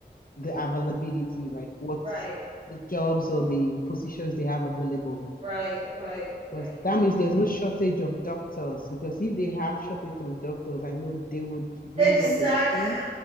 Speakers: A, on the left; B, on the right.
A: the availability, like what's
B: Right,
A: the jobs or the positions they have available.
B: right, right,
A: because
B: right.
A: that means there's no shortage of doctors. Because if they have shortage of doctors, I know they would bring
B: Exactly.
A: up a scheme.
B: <laughs>